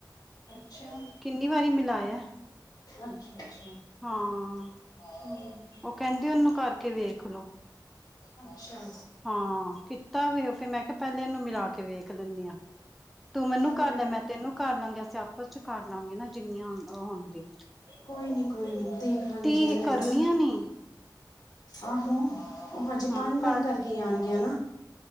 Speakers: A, on the left (about 55°); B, in the centre.
A: ਅੱਛਾ
B: ਕਿੰਨੀ ਵਾਰੀ ਮਿਲਾਇਆ
A: ਅੱਛਾ ਅੱਛਾ
B: ਹਾਂ
A: ਹਮ
B: ਓ ਕਹਿੰਦੇ
A: ਹੋਰ
B: ਓਨੂੰ ਕਰਕੇ ਵੇਖ ਲੋੋ।
A: ਅੱਛਾ
B: ਹਾਂ ਕੀਤਾ ਵੇ ਓ ਫਿਰ ਮੈਂ ਕਿਆ ਪਹਿਲੇ ਏਨੂੰ ਮਿਲਾ ਕੇ ਵੇਖ ਲੈਂਣੀ ਆਂ। ਤੂੰ
A: ਹਾਂ
B: ਮੈਨੂੰ
A: ਹਾਂ ਕੋਈ
B: ਕਰ
A: ਨੀ
B: ਲੈ ਮੈਂ ਤੈਨੂੰ ਕਰ ਲਾਂਗੀ। ਅਸੀਂ ਆਪਸ 'ਚ ਕਰ ਲਵਾਂਗੇ ਨਾ ਜਿੰਨੀਆਂ ਉਹ ਹੁੰਦੀਆਂ।
A: ਕੋਈ ਨੀ ਕੋਈ ਨੀ ਦੇਖ ਲਾਂਗੇ
B: ਤੀਹ
A: ਜਿਵੇਂ ਹੋਏਗਾ
B: ਕਰਨੀਆਂ
A: ਨਾ।
B: ਨੀ
A: ਆਹੋ ਓ ਹਜੇ
B: ਹਾਂ
A: ਪੰਜ-ਪੰਜ
B: ਕਰ
A: ਕਰਕੇ ਈ ਆਣਗੀਆਂ ਨਾ।